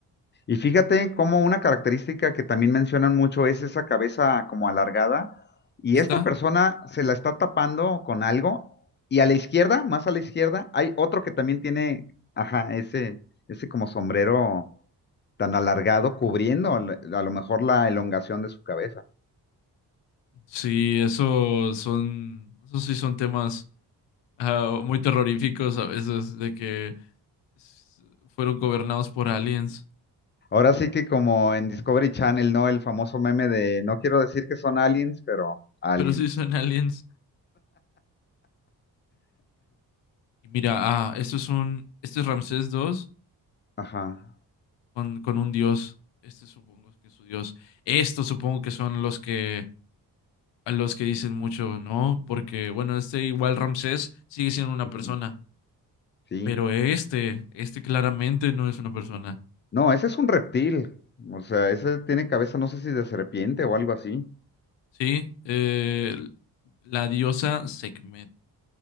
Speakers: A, on the left; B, on the left.
A: Y fíjate cómo una característica que también mencionan mucho es esa cabeza como alargada. Y
B: ¿Está?
A: esta persona se la está tapando con algo. Y a la izquierda, más a la izquierda, hay otro que también tiene, ajá, ese, ese como sombrero tan alargado cubriendo al- a lo mejor la elongación de su cabeza.
B: Sí, eso son, eso sí son temas ah, muy terroríficos a veces de que s- fueron gobernados por aliens.
A: Ahora sí que como en Discovery Channel, ¿no? El famoso meme de no quiero decir que son aliens, pero aliens.
B: Pero sí son aliens. Y mira, ah, esto es un, este es Ramsés dos
A: Ajá.
B: con, con un dios. Este supongo que es su dios. Estos supongo que son los que a los que dicen mucho, ¿no? Porque bueno, este igual Ramsés sigue siendo una
A: ujú,
B: persona.
A: Sí.
B: Pero este, este claramente no es una persona.
A: No, ese es un reptil. O sea, ese tiene cabeza, no sé si de serpiente o algo así.
B: Sí, eh, la diosa Sekhmet.